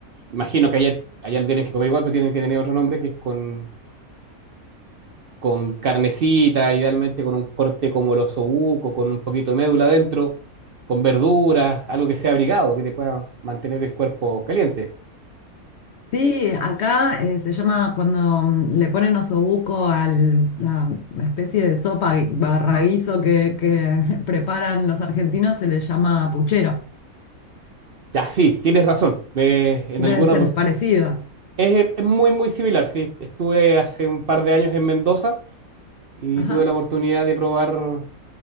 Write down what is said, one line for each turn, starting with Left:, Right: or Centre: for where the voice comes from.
Right: Imagino que allá, allá lo tienen que comer igual, pero tienen que tener otro nombre, que es con, con carnecita, idealmente con un corte como el osobuco, con un poquito de médula adentro, con verduras, algo que sea abrigado, que te pueda mantener el cuerpo caliente.
Left: Sí, acá eh, se llama cuando mm, le ponen osobuco a la especie de sopa y barra guiso que, que <laughs> preparan los argentinos, se le llama puchero.
Right: Ya, sí, tienes razón. Me- en alguna
Left: Debe ser parecido.
Right: Es, eh, es muy, muy similar, sí. Estuve hace un par de años en Mendoza y
Left: Ajá,
Right: tuve la oportunidad de probar